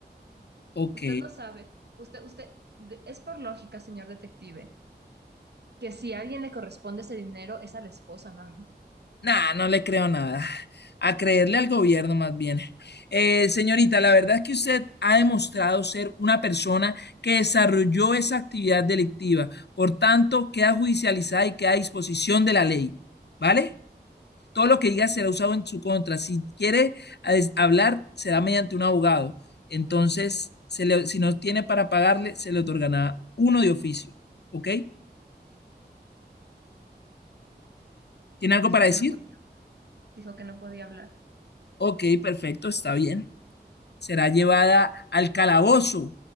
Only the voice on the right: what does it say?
Usted no sabe. Usted, usted, de- es por lógica, señor detective, que si a alguien le corresponde ese dinero es a la esposa, no a mí.
Dijo
que
no podía, dijo que no podía hablar.